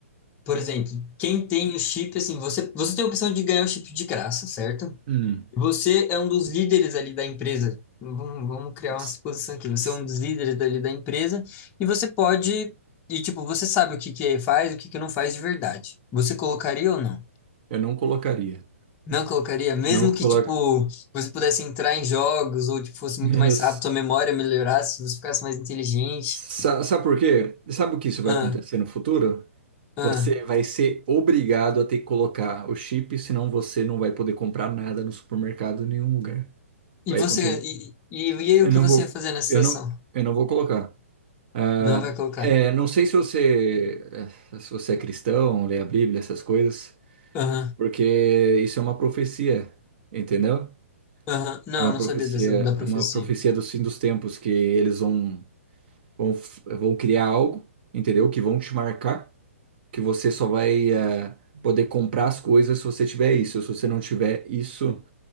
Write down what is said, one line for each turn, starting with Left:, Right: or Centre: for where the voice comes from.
Left: por exemplo, quem tem o chip, assim, você, você tem a opção de ganhar o chip de graça, certo?
Right: Hum,
Left: E Você é um dos líderes ali da empresa. Vamos, vamos criar uma
Right: s-
Left: suposição aqui. Você
Right: s-
Left: é um dos líderes ali da empresa e você pode, e tipo, você sabe o que que faz, e o que que não faz de verdade. Você colocaria ou não?
Right: eu não colocaria.
Left: Não colocaria, mesmo
Right: Não coloca.
Left: que, tipo, você pudesse entrar em jogos ou, tipo, fosse
Right: <laughs>
Left: muito
Right: Mas,
Left: mais rápido, sua memória melhorasse, você ficasse mais inteligente.
Right: sa- sabe por quê? Sabe o que isso vai
Left: Ah,
Right: acontecer no futuro?
Left: ah.
Right: Você vai ser obrigado a ter que colocar o chip, senão você não vai poder comprar nada no supermercado em nenhum lugar.
Left: E
Right: Vai
Left: você,
Right: acontecer.
Left: e, e, e aí
Right: Eu
Left: o que
Right: não
Left: você
Right: vou,
Left: ia fazer nessa
Right: eu não,
Left: situação?
Right: eu não vou colocar. Ah,
Left: Não vai colocar.
Right: é, não sei se você, eh, se você é cristão, lê a Bíblia, essas coisas,
Left: Aham,
Right: porque isso é uma profecia, entendeu?
Left: aham. Não,
Right: É uma
Left: eu não
Right: profecia,
Left: sabia dessa, da profecia.
Right: é uma profecia do fim dos tempos, que eles vão, vão, f- vão criar algo, entendeu? Que vão te marcar, que você só vai eh, poder comprar as coisas se você tiver isso. Se você não tiver isso,